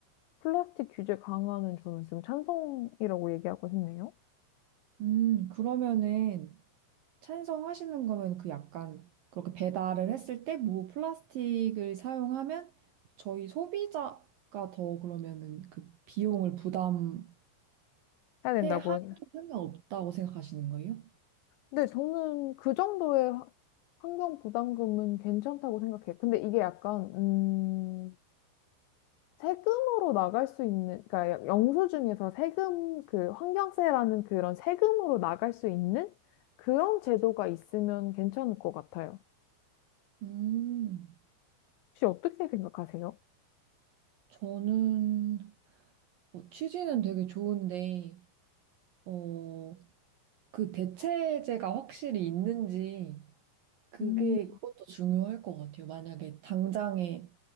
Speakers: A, on the left (about 85°); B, on the right (about 75°).
A: 플라스틱 규제 강화는 저는 지금 찬성이라고 얘기하고 싶네요.
B: 음, 그러면은 찬성하시는 거면 그 약간 그렇게 배달을 했을 때 뭐 플라스틱을 사용하면 저희 소비자가 더 그러면은 그 비용을 부담해
A: 해야 된다고.
B: 할 상관없다고 생각하시는 거예요?
A: 근데 저는 그 정도의 화- 환경 부담금은 괜찮다고 생각해요. 근데 이게 약간, 음, 세금으로 나갈 수 있는, 그러니까 영수증에서 세금, 그 환경세라는 그런 세금으로 나갈 수 있는 그런 제도가 있으면 괜찮을 것 같아요.
B: 음,
A: 혹시 어떻게 생각하세요?
B: 저는 어, 취지는 되게 좋은데, 어 그 대체제가 확실히 있는지 그게
A: 음,
B: 그것도 중요할 것 같아요. 만약에 당장에